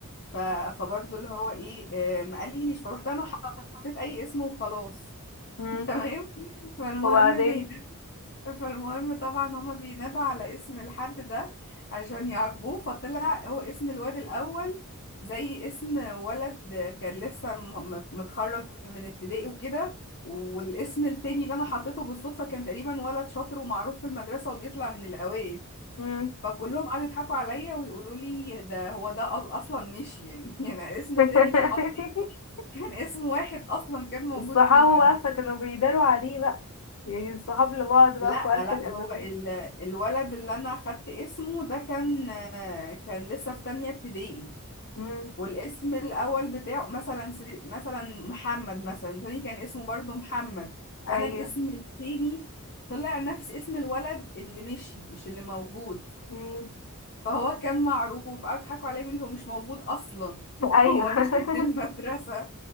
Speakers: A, on the left; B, on the left.
A: ف... فبرضه اللي هو ايه آه، ما قاليش فروحت انا حطيت اي اسم وخلاص <laughs>
B: مم.
A: تمام فالمهم
B: وبعدين
A: بينا فالمهم طبعا هما بينادوا على اسم الحد ده عشان يعاقبوه فطلع هو اسم الواد الأول زي اسم ولد كان لسه م- م- متخرج من ابتدائي وكده والاسم التاني اللي أنا حطيته بالصدفة كان تقريبا ولد شاطر ومعروف في المدرسة وبيطلع من الأوائل
B: مم.
A: فكلهم قعدوا يضحكوا عليا ويقولوا لي ده هو ده أل- أصلا مش يعني <laughs> يعني الاسم
B: <laughs>
A: التاني اللي حطيته كان اسم واحد أصلا كان موجود
B: الصحاب
A: في المدرسة
B: بقى فكانوا بيداروا عليه بقى يعني الصحاب لبعض بقى
A: لا
B: في وقت
A: لا
B: الأزمات
A: هو ال... الولد اللي انا اخدت اسمه ده كان آه، كان لسه في تانية ابتدائي
B: مم.
A: والاسم الاول بتاعه مثلا س... مثلا محمد مثلا تاني كان اسمه برضو محمد فانا
B: أيوه
A: الاسم التاني طلع نفس اسم الولد اللي مشي مش اللي موجود
B: مم.
A: فهو كان معروف قعدوا يضحكوا عليه بيقولوا هو مش موجود اصلا <laughs>
B: أيوه
A: هو مشي من المدرسة
B: <laughs>